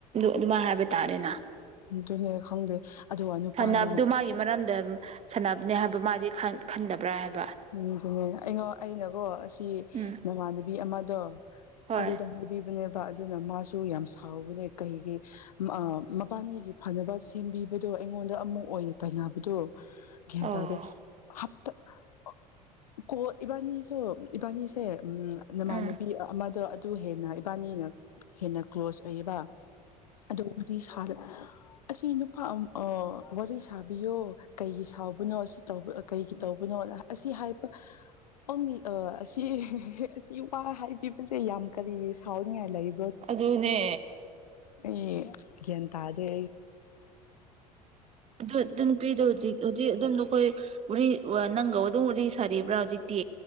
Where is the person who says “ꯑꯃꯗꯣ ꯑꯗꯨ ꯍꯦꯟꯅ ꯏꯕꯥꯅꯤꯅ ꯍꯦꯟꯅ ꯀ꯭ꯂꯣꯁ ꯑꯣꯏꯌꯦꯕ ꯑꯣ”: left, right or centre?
Left